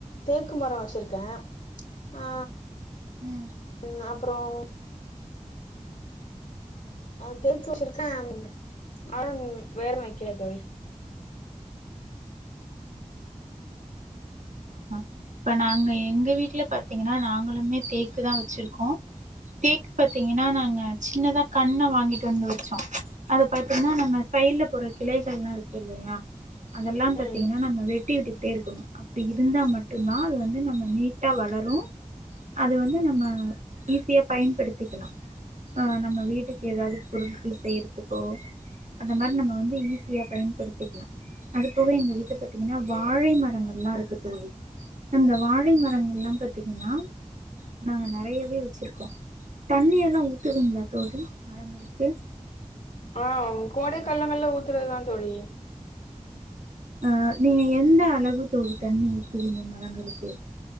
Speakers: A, on the left; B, on the right.
A: தேக்கு மரம் வச்சிருக்கேன் ஆ
B: உம்
A: உம் அப்புறம் அ தேக்கு வச்சிருக்கேன் அதான் வேற வைக்கல தோழி
B: ஆ இப்ப நாங்க எங்க வீட்டுல பாத்தீங்கன்னா நாங்களுமே தேக்கு தான் வச்சிருக்கோம் தேக்கு பாத்தீங்கன்னா நாங்க சின்னதா கண்ண வாங்கிட்டு வந்து வச்சோம் அத பாத்தீங்கன்னா நம்ம சைட்ல போற கிளைகள்ல்லாம் இருக்கு இல்லையா அதெல்லாம் பாத்தீங்கன்னா
A: ம்
B: நம்ம வெட்டி விட்டுக்கிட்டே இருக்கணும் அப்படி இருந்தா மட்டும்தான் அது வந்து நம்ம நீட்டா வளரும் அது வந்து நம்ம ஈஸியா பயன்படுத்திக்கலாம் ஆ நம்ம வீட்டுக்கு ஏதாவது பொருட்கள் செய்யிறதுக்கோ அந்த மாரி நம்ம வந்து ஈஸியா பயன்படுத்திக்லா அது போக எங்க வீட்ட பாத்தீங்ன்னா வாழை மரங்கள் எல்லாருக் க்கு தோழி அந்த வாழை மரங்கள் எல்லாம் பாத்தீங்கன்னா நாங்க நெறையவே வெச்சிருக்கோ தண்ணியெல்லா ஊத்துவீங்களா தோழி மரங்களுக்கு
A: ஆ கோடை காலம்மெல்லா ஊத்துறதுதான் தோழி
B: அ நீங்க எந்தளவு தோழி தண்ணி ஊத்துவீங்க மரங்களுக்கு